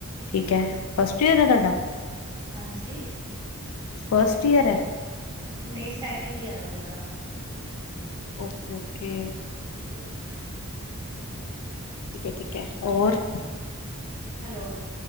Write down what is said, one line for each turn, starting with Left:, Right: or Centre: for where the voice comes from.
Left: ਠੀਕ ਐ। ਫਸਟ ਈਅਰ ਏ ਤਾਡਾ?
Right: ਸੇ ਤਾਡਾ ਹਾਂਜੀ।
Left: ਫਸਟ ਈਅਰ ਐ?
Right: ਨਹੀਂ, ਸੈਕਿੰਡ ਈਅਰ ਐ। ਮੇਰਾ
Left: ਓਕੇ-ਓਕੇ।
Right: <unintelligible>
Left: ਠੀਕ ਐ ਠੀਕ ਐ। ਔਰ?
Right: ਹੈਲੋ।